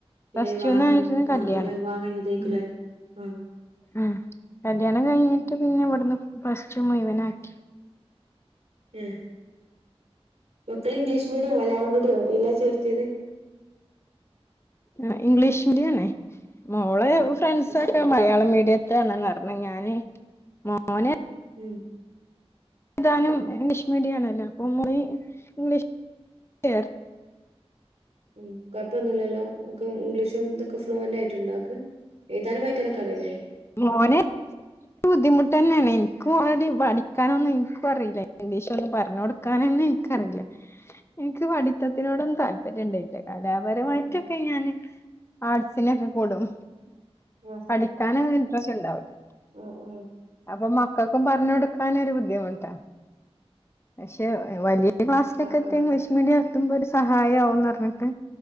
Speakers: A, on the right; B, on the left.
A: പിന്നെ
B: പ്ലസ് ടൂന്നായിരുന്നു
A: വാങ്ങഞ്ഞ് ആ
B: കല്യാണം
A: പിന്നെ വാങ്ങഞ്ഞ ഇതേക്കൂല്ലേ
B: ഉം
A: ആ
B: ഉം കല്യാണം കഴിഞ്ഞിട്ട് പിന്നെ ഇവിടുന്ന് പ്ലസ്ടു മുഴുവനാക്കി
A: ഉഹ മക്കൾ ഇംഗ്ലീഷ് മീഡിയം മലയാളം മീഡിയം എല്ലാ ചേർത്തിയത്
B: ആ ഇംഗ്ലീഷ് മീഡിയാണേ മോ ഓളെ
A: ആഹ്
B: ഫ്രണ്ട്‌സ്ക്കെ
A: ഇംഗ്ലീഷ് മീഡിയം
B: മലയാള മീഡിയത്തിലാണന്ന് പറഞേ ഞാന് മോന്
A: ഹം
B: എതാനും ഇംഗ്ലീഷ് മീഡിയം ആണല്ലോ അപ്പൊ മോന് ഇംഗ്ലീഷ് മീഡിയം
A: ഉ കൊഴപ്പൊന്നുമില്ലല്ലോ ഓൾക്ക് ഇംഗ്ലീഷും ഇതൊക്കെ ഫ്ലൂവന്റ് ആയിട്ടുണ്ടൊൾക്ക് എഴുതാനും വായിക്കാനൊക്കെ അറിയില്ലേ
B: മോന ബുദ്ധിമുട്ട് തന്നെയാണ് എനിക്കും ഓൾറെഡി പഠിക്കാനൊന്നും എനിക്കും അറിയില്ല ഇംഗ്ലീഷ് ഒന്ന് പറഞ് കൊടുക്കാന എനിക്കറിയില്ല എനിക്ക് പഠിത്തത്തിനോടൊന്നും താല്പര്യം ഉണ്ടായില്ല കലാപരമായിട്ടൊക്കെ
A: ആഹ്
B: ഞാന് ആർട്ടിനൊക്കെ കൂടും
A: ആഹ്
B: പഠിക്കാന ഇൻട്രസ്റ്റ് ഉണ്ടാവില്ല
A: ആഹ് ആഹ്
B: അപ്പൊ മക്കൾക്കും പറഞ്ഞൊടുക്കനൊരു ബുദ്ധിമുട്ടാ
A: ഉം
B: പക്ഷെ വലിയ ക്ലാസ്സിലൊക്കെ
A: ആഹ് ആഹ്
B: ഇംഗ്ലീഷ് മീഡിയം എത്തുമ്പോ ഒരു സഹായംമാവുംന്ന് പറഞ്ഞിട്ട്